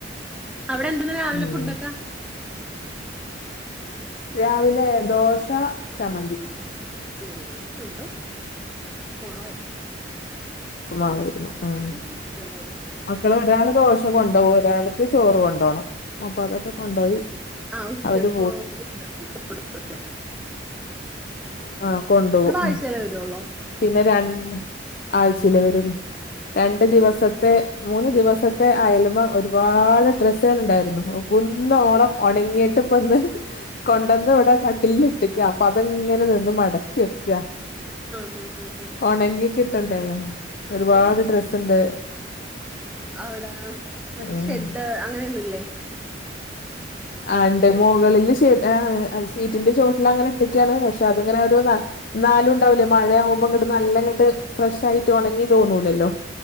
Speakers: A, in the centre; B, on the left (about 50°).
A: അവിടെ എന്താന്ന് രാവിലെ
B: ഉം
A: ഫുഡക്കെ?
B: രാവിലെ ദോശ, ചമ്മന്തി.
A: <unintelligible> പോവരുന്നു.
B: വാങ്ങിയിരുന്നു ആഹ്.
A: <unintelligible>
B: മക്കൾ ഒരാൾ ദോശ കൊണ്ടോകും, ഒരാൾക്ക് ചോറ് കൊണ്ടോണം. അപ്പൊ അതൊക്കെ കൊണ്ടോയി
A: ആഹ് ഉച്ചക്ക്
B: അവര്
A: <inaudible>
B: ആ കൊണ്ടോവും.
A: ആഴ്ചേലെ
B: ഉം
A: വരുള്ളൂ.
B: പിന്നെ രണ്ട് ആഴ്ചയിലേ വരുള്ളൂ, രണ്ട്
A: ഉം
B: ദിവസത്തെ മൂന്ന് ദിവസത്തെ അയലിമ്മേ ഒരുപാട് ഡ്രസ്സെള്ണ്ടായിരുന്നു കുന്നോളം ഒണങ്ങിയിട്ട്പ്പൊന്ന് കൊണ്ടന്ന് ഇവിടെ കട്ടിലില് ഇട്ട്ക്ക അപ്പൊ അതെങ്ങനെ നിന്ന് മടക്കി വെക്കാ.
A: ആഹ്, ആഹ്, ആഹ്
B: ഒണങ്ങിക്കിട്ടണ്ടേ
A: അതേ
B: ഒരുപാട് ഡ്രസ്സ്ണ്ട്.
A: അവിടെ മറ്റേ
B: ഉം
A: ഷെഡ് അങ്ങനെൊന്നുംല്ലേ?
B: ആണ്ട്
A: കെട്ടിയ
B: മുകളില് <inaudible> ഷീറ്റിന്റെ ചോട്ടിലങ്ങനെ ഇട്ട്ക്കാണ് പക്ഷെ അത്ങ്ങനെ ഒരു <unintelligible> ന്നാലും ഉണ്ടാവൂല്ലേ മഴ ആകുമ്പോ ഇങ്ങട്ട് നല്ലങ്ങട്ട് ഫ്രഷ് ആയിട്ട് ഒണങ്ങി തോന്നൂലല്ലോ.